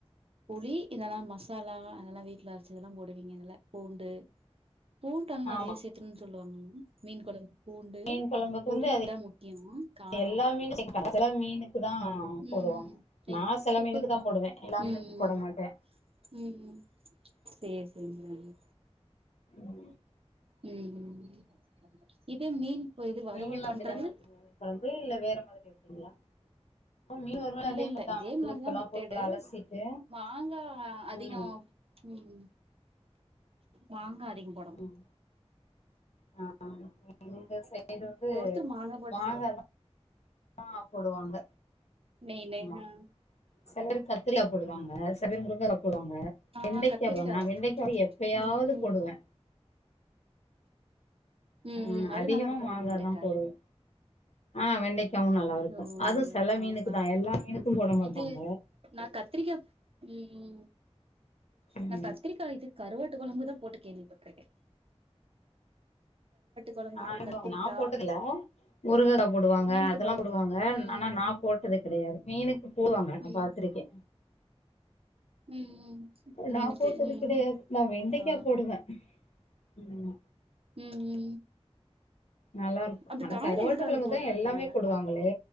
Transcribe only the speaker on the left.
ஆமா
மீன் கொழம்புக்கு
வந்து அது
எல்லா மீனு சேக்க சில மீனுக்கு தா போடுவாங்க
நா சில
மீனுக்கு தா போடுவே எல்லா
மீனுக்கு
போட
மாட்டே
ம்
நீங்களு
அப்டித்தான வப்பீங்க மீன் கொழம்பு இல்ல வேற மாதிரி வப்பீங்களா மீன் வருவல்
அதே மாரிதா
மஞ்சள்
உப்பெல்லா
போட்டு நல்லா அலசிட்டு
ம்
ம் ஆ ஆ முருங்கா சேப் இது வந்து
மாங்கா
தா மா போடுவாங்க
ஆமா
சில பேர் கத்திரிக்கா போடுவாங்க சில பேர் முருங்கா போடுவாங்க
வெண்டைக்கா
போடுவாங்க நா வெண்டைக்கா எப் பேயாவது
போடுவே
ஆ
அதிகமா
மாங்கா
தா போடுவோ ஆ வெண்டைக்காவு நல்லா இருக்கோ
அதுவு செல
மீனுக்கு தா எல்லா மீனுக்கு போட மாட்டாங்க
ம்
ஆ
பாங்க நா போட்டதில்லா முருங்கக்கா போடுவாங்க
அதெல்லா போடுவாங்க
ஆனா நா போட்டது கெடையாது மீனுக்கு போடுவாங்க நா
பாத்திருக்கே
நா போட்டது
கெடையாது
நா வெண்டைக்கா
போடுவே உமா
நல்லா இருக்கு
ஆனா
கருவாட்டு
கொழம்புதா
எல்லாமே
போடுவாங்களே